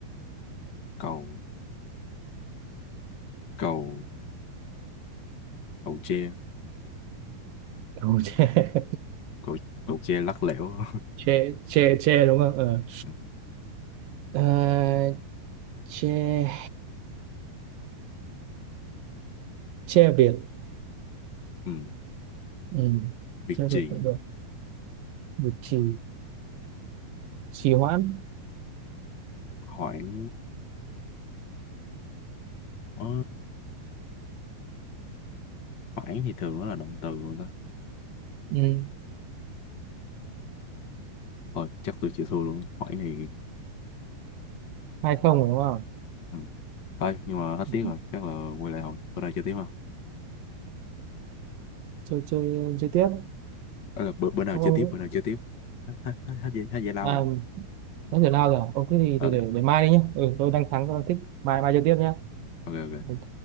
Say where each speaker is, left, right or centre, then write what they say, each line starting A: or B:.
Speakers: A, on the left; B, on the right.
A: cầu cầu cầu tre
B: cầu tre <laughs>
A: cầu cầu tre lắc lẻo
B: che che che đúng không ờ
A: <laughs>
B: à, che che Việt
A: ừ.
B: ừ.
A: việc
B: che Việt
A: gì
B: cũng được Việt trì trì hoãn
A: hoãn ờ, hoãn thì thường nó là động từ rồi đó
B: ừ.
A: thôi chắc tôi chịu thua luôn hoãn thì
B: hai không đúng không
A: ừ. thôi nhưng mà hết
B: ừ.
A: tiếng rồi chắc là quay lại không bữa nào chơi tiếp không
B: chơi chơi chơi tiếp
A: Đó là bữa, bữa nào
B: ông
A: chơi
B: ông
A: tiếp bữa nào chơi tiếp <laughs> hết hết hết giải lao
B: à
A: rồi
B: nói giờ nào rồi Ông thế thì,
A: ờ
B: thì để để mai đi nhá ừ, tôi đang thắng tôi đang thích mai mai chơi tiếp nhá
A: ok ok
B: ok